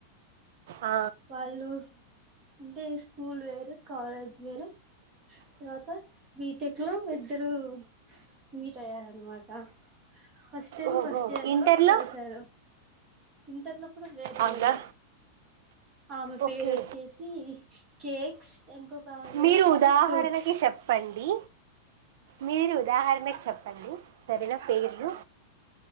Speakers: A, on the right (about 60°); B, on the right (about 25°).
A: ఆ,
B: వాళ్ళు అంటే స్కూల్ వేరు కాలేజ్ వేరు తర్వాత బీటెక్లో ఇద్దరు మీట్ అయ్యారనమాట ఫస్ట్ టైమ్
A: ఓహో
B: ఫస్ట్ ఇయర్లో
A: ఇంటర్లో
B: కలిసారు ఇంటర్ లో కూడా వేర
A: అవునా
B: వేరే ఆమె పేరు
A: ఓకే
B: వచ్చేసి కేక్స్ ఇంకొక ఆమె పేరు
A: మీరు
B: వచ్చేసి
A: ఉదాహరణకి
B: కుక్స్
A: చెప్పండి మీరు ఉదాహరణ చెప్పండి సరేనా పేర్లు